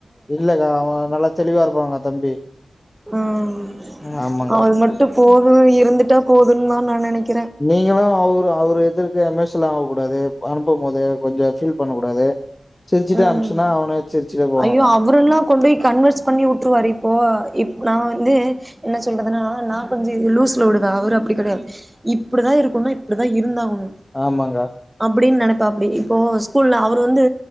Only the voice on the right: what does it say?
ம்
அவுமட்டு போது இருந்துட்டா போதுன்னா நா நெனைக்
ம்
ஐயோ அவுரெல்லா கொண்டொய் கன்வின்ஸ் பண்ணி வுட்ருவாரு இப்போ இப் நா வந்து என்ன சொல்றதுனா நா கொஞ்ச லூஸ்ல உடுவே அவுரு அப்டி கெடையா இப்டிதா இருக்குன்னா இப்டிதா இருந்தாகு ன்
அப்புடின் நெனப் ப்ப அப்டி இப்போ ஸ்கூல்ல அவுரு வந்து